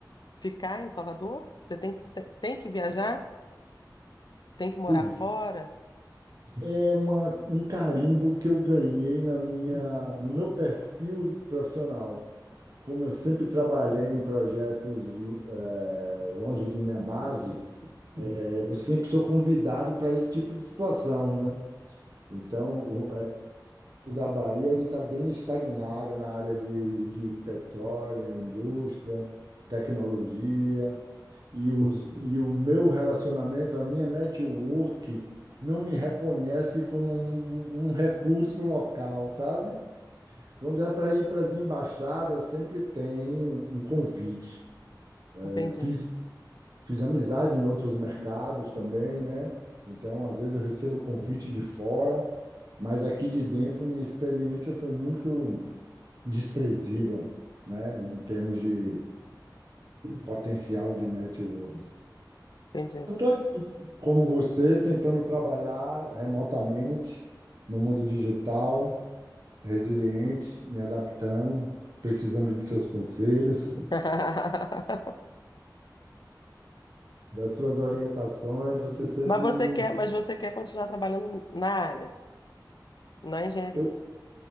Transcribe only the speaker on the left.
ficar em Salvador? Você tem que se- tem que viajar? Tem que morar
fora?
Entendi,
entendi.
<laughs>
Mas você
quer,
mas você quer continuar trabalhando na área, na engenharia,